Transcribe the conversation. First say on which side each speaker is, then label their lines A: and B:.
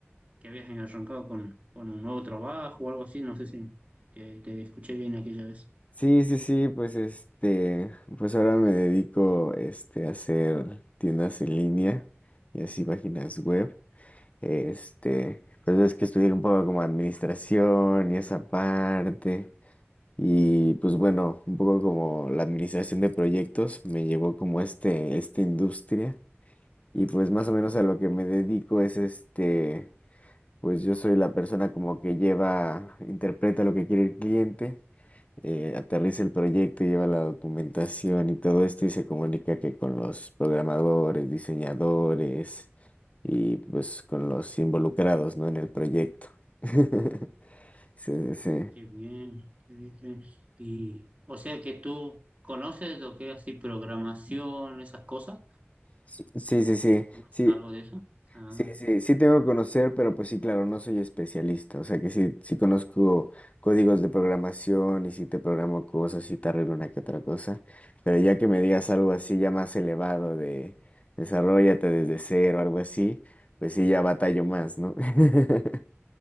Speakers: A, on the right; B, on the left.
A: que habías arrancado con, con un nuevo trabajo o algo así, no sé si te, te escuché bien aquella vez.
B: Sí, sí, sí, pues este, pues ahora me dedico este a hacer tiendas en línea y así páginas web. Este, pues es que estudié un poco como administración y esa parte. Y pues bueno, un poco como la administración de proyectos me llevó como este, esta industria. Y pues más o menos a lo que me dedico es este, pues yo soy la persona como que lleva, interpreta lo que quiere el cliente, eh, aterriza el proyecto, lleva la documentación y todo esto y se comunica que con los programadores, diseñadores y pues con los involucrados, ¿no? En el proyecto. <laughs> Sí, sí,
A: Qué bien, qué bien, qué bien. Y, o sea que tú conoces lo que es así programación, esas cosas,
B: sí. Sí, sí, sí,
A: ¿conoces
B: sí,
A: algo de eso? Ah,
B: sí, sí, sí tengo que conocer, pero pues sí, claro, no soy especialista, o sea que sí, sí conozco códigos de programación y sí te programo cosas y te arreglo una que otra cosa, pero ya que me digas algo así ya más elevado de desarrollate desde cero, algo así, pues sí, ya batallo más, ¿no? <laughs>